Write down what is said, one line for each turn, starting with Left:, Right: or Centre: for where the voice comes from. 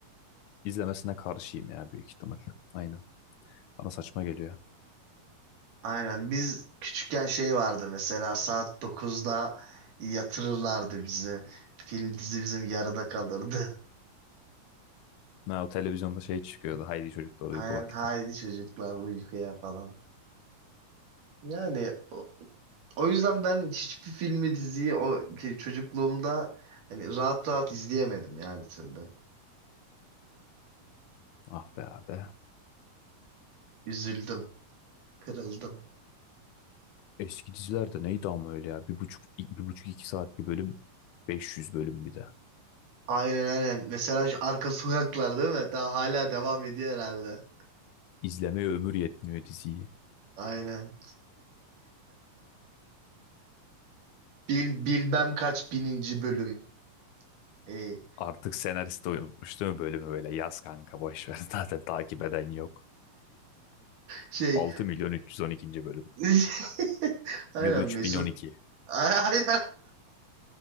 Left: izlemesine karşıyım ya büyük ihtimal. Aynen. Bana saçma geliyor.
Right: Aynen biz küçükken şey vardı mesela saat dokuzda yatırırlardı bizi. Film dizi bizim yarıda kalırdı.
Left: Ha, o televizyonda şey çıkıyordu. Haydi çocuklar
Right: <laughs>
Left: uyku
Right: Aynen
Left: vakti.
Right: haydi çocuklar uykuya falan. Yani O yüzden ben hiçbir filmi, diziyi o şey, çocukluğumda hani rahat rahat izleyemedim ya bir türlü.
Left: Ah be abi.
Right: Üzüldüm, kırıldım.
Left: Eski dizilerde neydi ama öyle ya. Bir buçuk, bir buçuk iki saat bir bölüm. 500 bölüm bir de.
Right: Aynen aynen. Mesela şu Arka Sokaklar değil mi? Daha hala devam ediyor herhalde.
Left: İzlemeye ömür yetmiyor diziyi.
Right: Aynen. Bil, bilmem kaç bininci bölüm. Yani
Left: Artık senarist de unutmuş değil mi bölümü böyle? Yaz kanka boş ver. <laughs> Zaten takip eden yok.
Right: şey
Left: altı milyon 312. bölüm.
Right: <laughs> aynen
Left: Yıl 3012.
Right: Mesut. <laughs> Aynen.